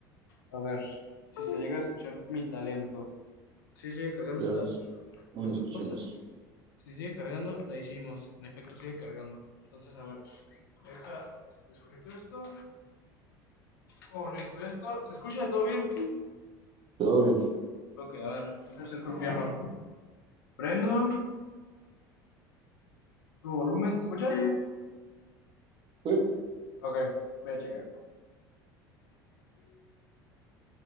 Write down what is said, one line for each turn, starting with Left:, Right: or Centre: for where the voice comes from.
Left: A ver, si se llega a escuchar mi talento. Sí, sigue cargando
Right: Veamos.
Left: esta,
Right: Bueno,
Left: esta
Right: escuchemos.
Left: cosa. Si sigue cargando, la hicimos. En efecto, sigue cargando. Entonces, a ver, deja, desconecto esto, conecto esto. ¿Se escucha todo bien?
Right: Todo bien.
Left: Ok, a ver, deja hacer piano. Prendo, su volumen, ¿se escucha?
Right: Uy,
Left: Ok, voy a checar.